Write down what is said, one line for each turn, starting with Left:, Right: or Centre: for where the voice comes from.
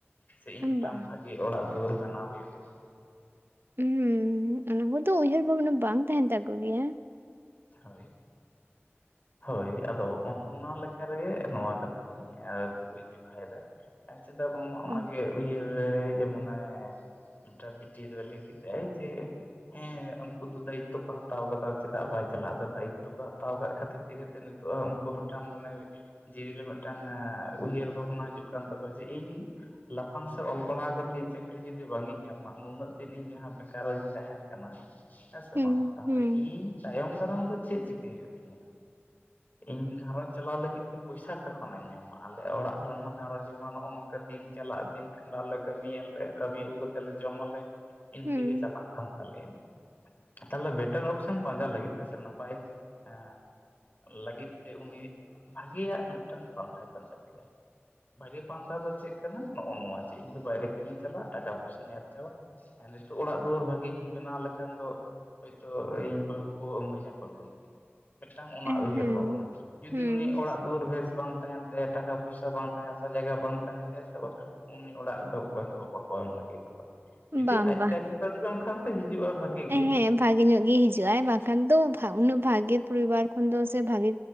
Left: ᱥᱮ ᱤᱧ ᱢᱤᱫᱴᱟᱝ
Right: ᱵᱟᱝ
Left: ᱵᱷᱟᱜᱤ ᱚᱲᱟᱜ ᱫᱩᱣᱟᱹᱨ ᱵᱮᱱᱟᱣ ᱦᱩᱭᱩᱜ ᱛᱤᱧᱟ᱾
Right: ᱦᱩᱸ ᱚᱱᱟ ᱠᱚᱫᱚ ᱩᱭᱦᱟᱹᱨ ᱵᱷᱟᱵᱽᱱᱟ ᱵᱟᱝ ᱛᱟᱦᱮᱱ ᱛᱟᱠᱚ ᱜᱮᱭᱟ᱾
Left: ᱦᱳᱭ ᱦᱳᱭ ᱟᱫᱚ ᱚᱱ ᱚᱱᱟ ᱞᱮᱠᱟ ᱨᱮᱜᱮ ᱱᱚᱣᱟ ᱠᱟᱛᱷᱟ ᱫᱚᱧ ᱛᱩᱞᱩᱡ ᱫᱟ ᱪᱮᱫᱟᱜ ᱵᱟᱝ ᱚᱱᱟᱜᱮ
Right: ᱚ
Left: ᱩᱭᱦᱟᱹᱨ ᱨᱮ ᱡᱮ ᱢᱚᱱᱮ ᱢᱤᱴᱟᱱ ᱵᱤᱴᱤ ᱫᱚᱭ ᱞᱟᱹᱭ ᱠᱮᱫᱟᱭ ᱡᱮ ᱦᱮᱸ ᱩᱱᱠᱩ ᱫᱚ ᱫᱟᱭᱤᱛᱛᱚ ᱠᱚ ᱦᱟᱛᱟᱣ ᱠᱟᱫᱟ ᱪᱮᱫᱟᱜ ᱵᱟᱭ ᱪᱟᱞᱟᱜ ᱫᱚ ᱫᱟᱭᱤᱛᱛᱚ ᱠᱚ ᱦᱟᱛᱟᱣ ᱟᱠᱟᱫ ᱠᱷᱟᱹᱛᱤᱨ ᱛᱮᱜᱮ ᱱᱤᱛᱚᱜ ᱩᱱᱠᱩ ᱢᱤᱫᱴᱟᱝ ᱢᱚᱱᱮ ᱡᱤᱣᱤ ᱨᱮ ᱢᱤᱫᱴᱟᱝ ᱩᱭᱦᱟᱹᱨ ᱵᱷᱟᱵᱽᱱᱟ ᱦᱤᱡᱩᱜ ᱠᱟᱱ ᱛᱟᱠᱚᱣᱟ ᱡᱮ ᱤᱧ ᱞᱟᱯᱷᱟᱝ ᱥᱮ ᱚᱞ ᱯᱟᱲᱦᱟᱣ ᱠᱟᱛᱮᱜ ᱪᱟᱹᱠᱨᱤ ᱡᱩᱫᱤ ᱵᱟᱝ ᱤᱧ ᱧᱟᱢᱟ ᱩᱱᱟᱹᱜ ᱫᱤᱱ ᱤᱧ ᱡᱟᱦᱟᱸ ᱵᱮᱠᱟᱨᱤᱧ ᱛᱟᱦᱮᱱ ᱠᱟᱱᱟ᱾ ᱦᱮᱸ ᱥᱮ
Right: ᱦᱩᱸ
Left: ᱵᱟᱝ ᱛᱟᱦᱞᱮ
Right: ᱦᱩᱸ
Left: ᱤᱧ ᱛᱟᱭᱚᱢ ᱫᱟᱨᱟᱢ ᱫᱚ ᱪᱮᱫ ᱪᱤᱠᱟᱹᱭ ᱦᱩᱭᱩᱜ ᱛᱤᱧᱟ᱾ ᱤᱧ ᱜᱷᱟᱸᱨᱚᱧᱡᱽ ᱪᱟᱞᱟᱣ ᱞᱟᱹᱜᱤᱫ ᱛᱮ ᱯᱚᱭᱥᱟ ᱚᱠᱟ ᱠᱷᱚᱱᱟᱜ ᱤᱧ ᱧᱟᱢᱟ᱾ ᱟᱞᱮ ᱚᱲᱟᱜ ᱨᱮᱱᱢᱟ ᱜᱷᱟᱸᱨᱡᱽ ᱨᱮᱢᱟ ᱱᱚᱜᱼᱚ ᱱᱚᱝᱠᱟ ᱫᱤᱱ ᱪᱟᱞᱟᱜ ᱫᱤᱱ ᱠᱷᱟᱸᱰᱟᱣ ᱞᱮ ᱠᱟᱹᱢᱤᱭᱟᱞᱮ ᱠᱟᱹᱢᱤ ᱟᱹᱜᱩ ᱠᱟᱛᱮ ᱞᱮ ᱡᱚᱢᱟᱞᱮ᱾ ᱤᱱᱠᱟᱹ
Right: ᱦᱩᱸ
Left: ᱜᱮ ᱪᱟᱞᱟᱜ ᱠᱟᱱ ᱛᱟᱞᱮᱭᱟ᱾ ᱛᱟᱦᱚᱞᱮ ᱵᱮᱴᱟᱨ ᱚᱯᱥᱮᱱ ᱯᱟᱸᱡᱟ ᱞᱟᱹᱜᱤᱫ ᱛᱮ ᱱᱟᱯᱟᱭ, ᱮ ᱞᱟᱹᱜᱤᱫ ᱛᱮ ᱩᱱᱤ ᱵᱷᱟᱜᱮᱭᱟᱜ ᱢᱤᱫᱴᱟᱝ ᱯᱟᱱᱛᱷᱟᱭ ᱯᱟᱸᱡᱟ ᱠᱮᱫᱟ᱾ ᱵᱷᱟᱜᱤ ᱯᱟᱱᱛᱷᱟ ᱫᱚ ᱪᱮᱫ ᱠᱟᱱᱟ ᱱᱚᱜᱼᱚ ᱱᱚᱣᱟ ᱡᱮ ᱤᱧ ᱫᱚ ᱵᱟᱭᱨᱮ ᱠᱟᱹᱢᱤᱧ ᱪᱟᱞᱟᱜᱼᱟ ᱴᱟᱠᱟ ᱯᱚᱭᱥᱟ ᱟᱨᱡᱟᱣᱟ ᱦᱮ ᱱᱤᱛᱚᱜ ᱚᱲᱟᱜ ᱫᱩᱣᱟᱹᱨ ᱵᱷᱟᱜᱤᱧ ᱵᱮᱱᱟᱣ ᱞᱮᱠᱷᱟᱱ ᱫᱚ ᱦᱳᱭᱛᱳ ᱤᱧ ᱵᱟᱹᱦᱩ ᱠᱚ ᱤᱢᱟᱹᱧ᱾ <unintelligible> ᱢᱤᱫᱴᱟᱝ ᱚᱱᱟ
Right: ᱦᱮᱸ
Left: ᱩᱭᱦᱟᱹᱨ ᱵᱷᱟᱵᱱᱟ ᱡᱩᱫᱤ
Right: ᱦᱩᱸ
Left: ᱩᱱᱤ ᱚᱲᱟᱜ ᱫᱩᱣᱟᱹᱨ ᱵᱮᱥ ᱵᱟᱝ ᱛᱟᱦᱮᱱ ᱴᱟᱠᱟ ᱯᱚᱭᱥᱟ ᱵᱟᱝ ᱛᱟᱦᱮᱸ ᱦᱟᱥᱟ ᱡᱟᱭᱜᱟ ᱵᱟᱝ ᱛᱟᱦᱮᱱ ᱛᱮ ᱥᱮ ᱩᱱᱤ ᱚᱲᱟᱜ ᱫᱚ ᱚᱠᱚᱭ ᱦᱚᱸ ᱵᱟᱠᱚ ᱮᱢ ᱞᱟᱹᱜᱤᱫᱚᱜ᱾ ᱡᱩᱫᱤ
Right: ᱵᱟᱝ
Left: ᱟᱡ
Right: ᱵᱟᱝ
Left: ᱛᱮ ᱟᱜᱩ ᱡᱚᱝ ᱠᱷᱟᱱ ᱫᱚ ᱦᱤᱡᱩᱜᱼᱟ ᱵᱷᱟᱜᱤ᱾
Right: ᱦᱮᱸ
Left: ᱜᱮ
Right: ᱵᱷᱟᱜᱮ ᱧᱚᱜ ᱜᱮᱭ ᱦᱤᱡᱩᱜ ᱟᱭ ᱵᱟᱝᱠᱷᱟᱱ ᱫᱚ ᱩᱱᱟᱹᱜ ᱵᱷᱟᱜᱮ ᱯᱚᱨᱤᱵᱟᱨ ᱠᱷᱚᱱ ᱫᱚ ᱥᱮ ᱵᱷᱟᱜᱤ